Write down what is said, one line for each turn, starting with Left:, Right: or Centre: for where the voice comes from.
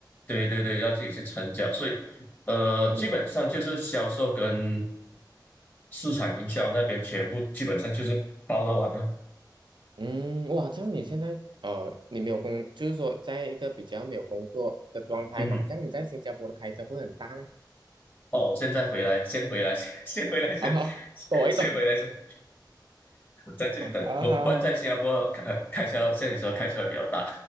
Left: 对对对，要自己去成交，所以呃，
Right: <laughs> 嗯
Left: 基本上就是销售跟市场营销那边全部基本上就是包到完了。
Right: 嗯，哇，这样你现在呃，你没有工，就是说在一个比较没有工作的状态嘛，
Left: 嗯哼，
Right: 这样你在新加坡的开销不是很大吗？
Left: 哦，现在回来，先回来，<laughs> 先先回来，
Right: <laughs>
Left: 先
Right: 啊，躲一躲
Left: 先回来，
Right: <laughs>。
Left: 先在这里等。
Right: 啊哈
Left: 不，不然在新加坡开开销，像你说开销会比较大。